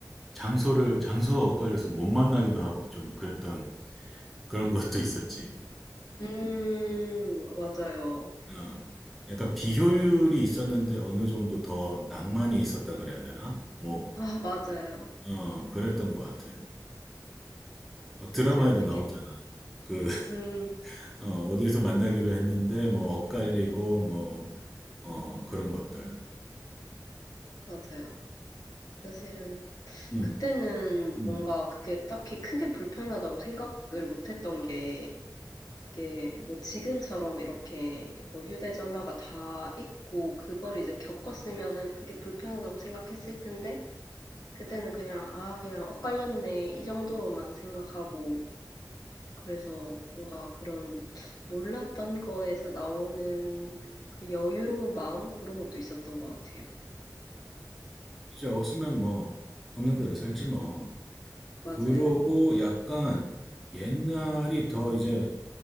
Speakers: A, in the centre; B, on the left.
A: 장소를, 장소가 엇갈려서 못 만나기도 하고 좀 그랬던 그런 것도 있었지.
B: 음 맞아요
A: 어, 약간 비효율이 있었는데 어느 정도 더 낭만이 있었다 그래야 되나? 뭐,
B: 아 맞아요
A: 어, 그랬던 것 같아. 막 드라마에도
B: 맞아요 이게
A: 나오잖아. 그, <laughs>
B: 음
A: 어, 어디에서 만나기로 했는데 뭐 엇갈리고 뭐, 어, 그런 것들.
B: 맞아요 사실은
A: 음,
B: 그때는
A: 음.
B: 뭔가 그게 딱히 크게 불편하다고 생각을 못했던 게 이게 뭐 지금처럼 이렇게 뭐 휴대전화가 다 있고 그걸 이제 겪었으면은 그게 불편하다고 생각했을 텐데 그때는 그냥 아 그냥 엇갈렸네 이 정도로만 생각하고 그래서 뭔가 그런 몰랐던 거에서 나오는 그 여유로운 마음 그런 것도 있었던 것 같아요.
A: 이제 없으면 뭐, 없는 대로 살지 뭐.
B: 맞아요.
A: 그러고 약간 옛날이 더 이제